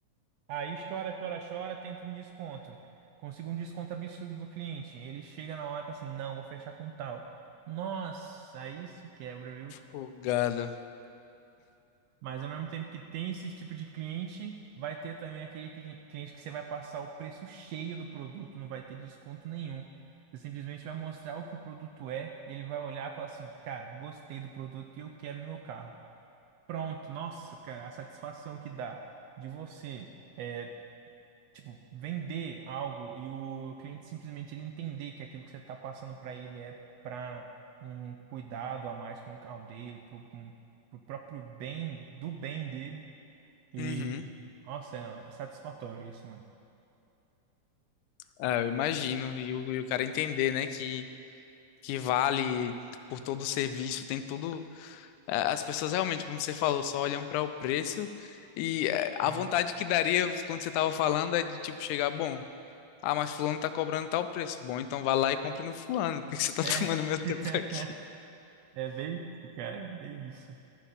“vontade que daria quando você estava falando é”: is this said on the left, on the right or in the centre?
Left